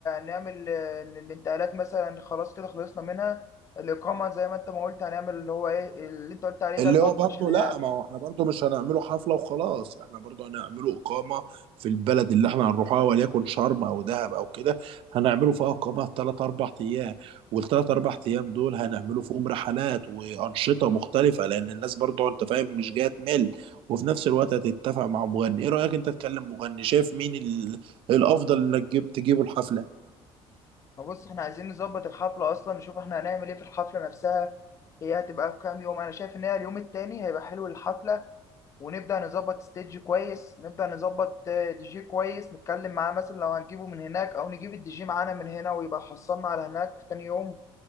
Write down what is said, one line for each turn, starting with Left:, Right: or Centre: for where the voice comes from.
Left: نعمل آه، الانتقالات مثلا خلاص كده خلصنا منها الاقامه زي ما انت ما قلت هنعمل اللي هو ايه اللي انت قلت عليه ده
Right: اللي
Left: اللي
Right: هو برضه
Left: شيلها
Right: لا ما هو احنا برضه مش هنعمله حفلة وخلاص احنا برضه هنعمله إقامة في البلد اللي احنا هنروحها وليكن شرم أو دهب أو كده هنعمله فيها إقامة تلات أربع أيام والتلات أربع أيام دول هنعمله فيهم رحلات وأنشطة مختلفة لأن الناس برضه أنت فاهم مش جاية تمل وفي نفس الوقت هتتفق مع مغني إيه رأيك أنت تكلم مغني شايف مين ال... الأفضل إنك تجيب تجيبه الحفلة
Left: ما بص احنا عايزين نظبط الحفله اصلا نشوف احنا هنعمل ايه في الحفله نفسها هي هتبقى في كام يوم انا شايف ان هي اليوم التاني هيبقى حلو الحفله ونبدأ نظبط ستيج كويس نبدأ نظبط آه، دي جي كويس نتكلم معاه مثلا لو هنجيبه من هناك أو نجيب الدي جي معانا من هنا ويبقى حصلنا على هناك في تاني يوم